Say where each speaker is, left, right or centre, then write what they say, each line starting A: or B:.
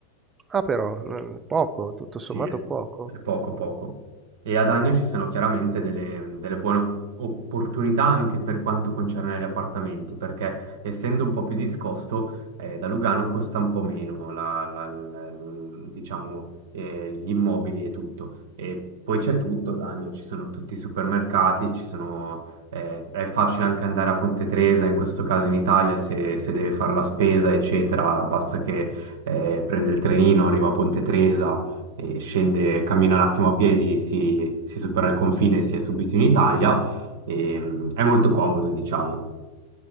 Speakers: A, on the right; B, on the right.
A: Ah, però, non- poco, tutto
B: Sì,
A: sommato
B: è
A: poco.
B: poco poco. E ad Agno ci sono chiaramente delle, delle buone opportunità anche per quanto concerne gli appartamenti, perché essendo un po' più discosto, eh, da Lugano costa un po' meno la- la- la- l- diciamo, eh, gli immobili e tutto. E poi c'è tutto ad Agno, ci sono tutti i supermercati, ci sono, eh, è facile anche andare a Ponte Tresa, in questo caso in Italia, se, se deve fare la spesa, eccetera, basta che eh, prende il trenino, arriva a Ponte Tresa e scende, cammina un attimo a piedi, si, si supera il confine e si è subito in Italia. E, mm, è molto comodo, diciamo.